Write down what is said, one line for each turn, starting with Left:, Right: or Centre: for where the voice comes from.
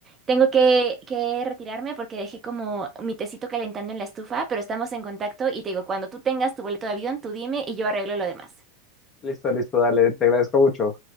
Right: tengo que, que retirarme porque dejé como mi tecito calentando en la estufa, pero estamos en contacto y te digo, cuando tú tengas tu boleto de avión, tú dime y yo arreglo lo demás.
Left: Listo, listo, dale, te agradezco mucho.